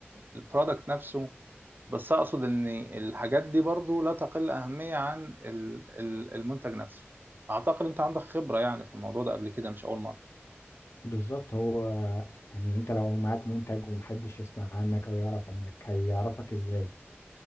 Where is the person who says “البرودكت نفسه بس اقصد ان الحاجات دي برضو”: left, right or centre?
Right